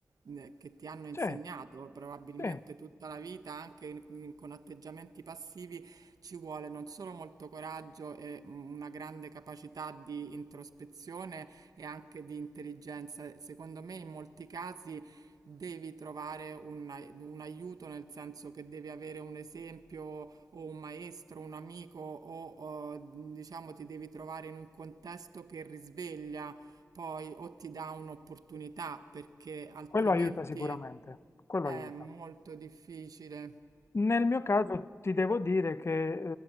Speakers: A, on the right; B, on the left.
A: eh, che ti hanno insegnato
B: sì,
A: probabilmente
B: sì,
A: tutta la vita, anche in- in- con atteggiamenti passivi, ci vuole non solo molto coraggio e una grande capacità di introspezione e anche di intelligenza. Secondo me, in molti casi devi trovare un, ai- un aiuto, nel senso che devi avere un esempio o un maestro, un amico o, o, diciamo ti devi trovare in un contesto che risveglia poi o ti dà un'opportunità perché altrimenti
B: quello aiuta sicuramente, quello
A: è
B: aiuta.
A: molto difficile.
B: Nel mio caso ti devo dire che